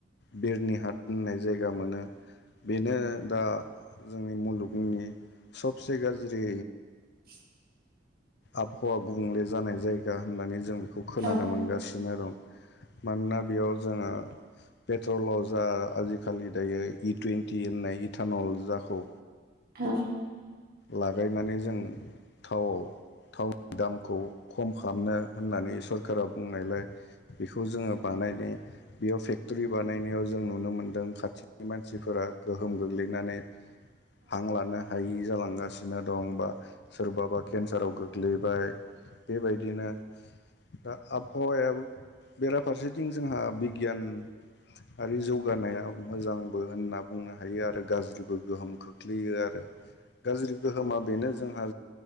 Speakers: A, on the left; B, on the right.
A: बिरनि हाट होननाय जायगा मोनो बेनो दा जोंनि मुलुगनि सबसे गाज्रि
B: <inaudible>
A: आबहावा गुबुंले जानाय जायगा होननानै जों खौ खोनानो
B: औ
A: मोनगासिनो दं मानोना बेयाव जोङो पेट्रलाव जा आजिखालि दायो इ टुवन्टि होननाय इटानल जाखौ
B: औ
A: लागायनानै जों थावआव नि दामखौ खम खालामनो होननानै सरखारारा बुंनायलाय बेखौ जोङो बानायनाय बेयाव फेक्ट'रि बानायनायाव जों नुनो मोन्दों खाथिनि मानसिफोरा गोहोम गोग्लैनानै हां लानो हायि जालांगासिनो दं बा सोरबाबा केन्साराव गो गोग्लैबाय बेबायदिनो दा आबहावायाबो बेराफारसेथिं जोंहा बिगियान आरो जौगानाया मोजांबो होनना बुंनो हायो आरो गाज्रिबो गोहोम खोख्लैयो आरो गाज्रि गोहोमा बेनो जोंहा